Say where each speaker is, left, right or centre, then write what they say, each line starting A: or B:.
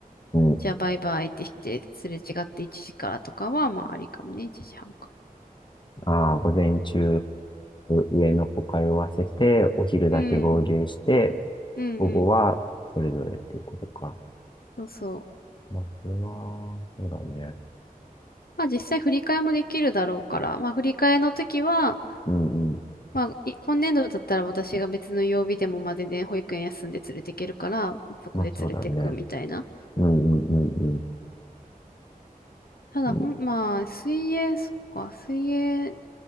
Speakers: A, on the left; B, on the left.
A: うん。
B: じゃあバイバイってして、すれ違って1時からとかはまあありかもね、1時半か。
A: ああ、午前中、上の子通わせて、お昼だけ合流して、
B: うん、うんうん。
A: 午後はそれぞれっていうことか。
B: そうそう。
A: まあ、それは、そうだね。
B: まあ実際振り替えもできるだろうから、まあ振り替えの時は、
A: うんうん。
B: まあい今年度だったら私が別の曜日でもまあ全然保育園休んで連れて行けるから、まあそこで連れてくみたいな。
A: まあそうだね。うんうんうん
B: ただほん、
A: うん。
B: まあ水泳、そっか、水泳、